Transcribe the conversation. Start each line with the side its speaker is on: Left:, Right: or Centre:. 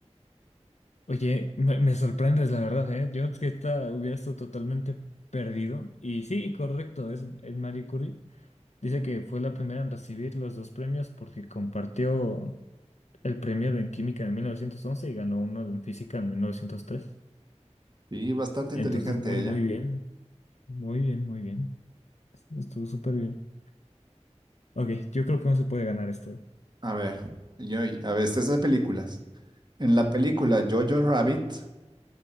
Left: Oye, me, me sorprendes, la verdad, ¿eh? Yo es que esta hubiera estado totalmente perdido. Y sí, correcto, es, es Marie Curie. Dice que fue la primera en recibir los dos premios porque compartió el premio de en química en 1911 y ganó uno en física en mil novecientos tres
Right: Y bastante
Left: Entonces,
Right: inteligente
Left: muy,
Right: ella.
Left: muy bien. Muy bien, muy bien. Estuvo súper bien. Ok, yo creo que no se puede ganar esto.
Right: A ver, yo, a ver, esta es de películas. En la película Jojo Rabbit,